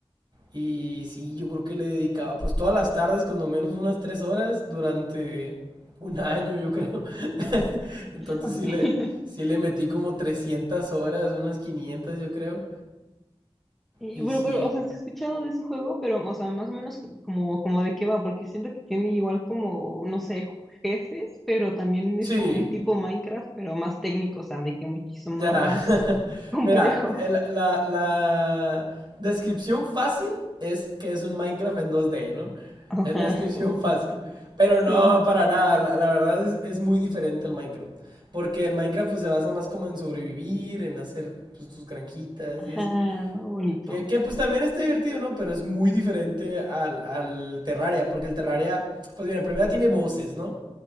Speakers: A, on the right; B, in the centre.
A: y sí, yo creo que le dedicaba pues todas las tardes, cuando menos unas tres horas, durante un año yo creo. <laughs> Entonces
B: Ok.
A: sí
B: <laughs>
A: le, sí le metí como 300 horas, unas 500 yo creo.
B: Y
A: Y
B: bueno,
A: sí,
B: pero, o sea, sí he escuchado de ese juego, pero, o sea, más o menos como, como de qué va, porque siento que tiene igual como, no sé, jefes, pero también
A: sí,
B: es como un tipo Minecraft, pero más técnico, o sea, de que muchísimo
A: Ya.
B: más
A: <laughs>
B: complejo.
A: Mira, el- la, la descripción fácil es que es un Minecraft en 2D, ¿no?
B: <laughs> Ajá,
A: Es la descripción <laughs> fácil. Pero no,
B: sí.
A: para nada. La, la verdad es, es muy diferente al Minecraft. Porque el Minecraft pues se basa más como en sobrevivir, en hacer pues, tus granjitas
B: Ajá,
A: y eso.
B: no, bonito.
A: Que, que, pues también está divertido, ¿no? Pero es muy diferente al, al Terraria. Porque el Terraria, pues mira, primero tiene voces, ¿no?